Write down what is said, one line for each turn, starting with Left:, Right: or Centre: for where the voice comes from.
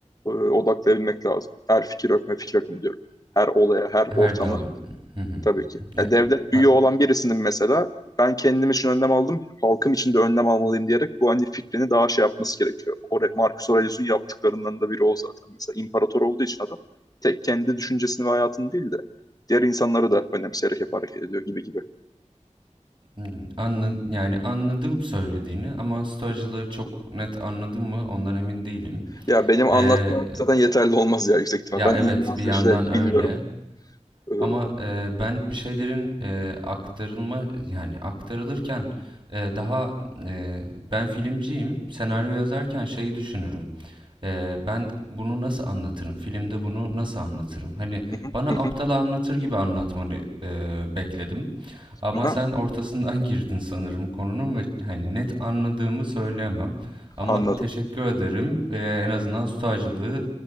Left: e, odaklayabilmek lazım. Her fikir akımı fikir akımı diyorum. Her olaya, her
Right: Her
Left: ortama,
Right: dav... Hı hı.
Left: Tabii ki.
Right: E,
Left: Ya devlet büyüğü
Right: a-
Left: olan birisinin mesela ben kendim için önlem aldım, halkım için de önlem almalıyım diyerek bu hani fikrini daha şey yapması gerekiyor. O Marcus Aurelius'un yaptıklarından da biri o zaten. Mesela imparator olduğu için adam tek kendi düşüncesini ve hayatını değil de diğer insanları da önemseyerek hep hareket ediyor gibi gibi.
Right: hı, Anla, yani anladım söylediğini ama stoacılığı çok net anladım mı ondan emin değilim.
Left: Ya benim
Right: Eee,
Left: anlatmam zaten yeterli olmaz ya yüksek ihtimal.
Right: ya
Left: Ben
Right: evet
Left: inanılmaz
Right: bir yandan
Left: derecede
Right: öyle
Left: bilmiyorum. Ee, hı
Right: Ama, eee, ben bir şeylerin, eee, aktarılma yani aktarılırken, eee, daha, eee, ben filmciyim. Senaryo yazarken şeyi düşünürüm. Eee, ben bunu nasıl anlatırım? Filmde bunu nasıl anlatırım? Hani,
Left: hı,
Right: bana
Left: hı
Right: aptal
Left: hı.
Right: anlatır gibi anlatmanı, eee, bekledim ama
Left: Aha,
Right: sen ortasından <laughs> girdin sanırım konunun ve, hani, net anladığımı söyleyemem ama
Left: anladım.
Right: teşekkür ederim. Eee, en azından stoacılığı,